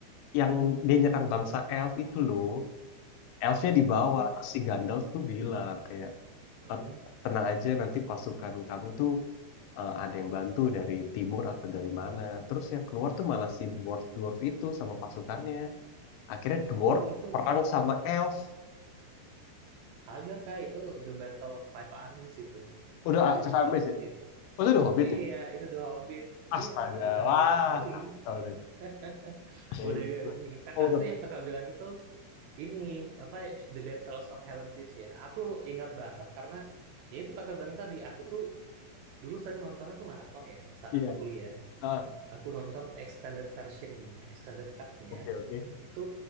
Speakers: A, on the left; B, on the right.
A: yang dia nyerang bangsa elf itu loh. Elfnya di bawah
B: iya
A: terus si Gandalf tuh bilang kayak
B: mm
A: "Eh, tenang aja nanti pasukan kamu tuh eh, ada yang bantu dari timur atau dari mana terus yang keluar tuh malah si dwarf dwarf itu sama pasukannya akhirnya dwarf
B: oh itu
A: perang sama elf
B: agak kak itu The Battle of Five Armies itu
A: udah ah,
B: The
A: sampai
B: Hobbit
A: sih
B: itu
A: oh, itu udah hobbit
B: iya
A: ya
B: itu The Hobbit iya
A: astaga
B: bukan
A: wah
B: The Lord of the Ring
A: kacau deh
B: <laughs>
A: ya
B: Udah
A: itulah
B: ge- ini kakak
A: oh udah
B: tuh yang kakak bilang itu ini apa The Battles of Harlem Deep ya. Aku ingat banget karena ya itu kakak bilang tadi aku tuh dulu sering nontonnya tuh maraton ya saat
A: iya
B: aku kuliah.
A: ah
B: Aku nonton extended versionnya, extended cutnya
A: oke oke
B: itu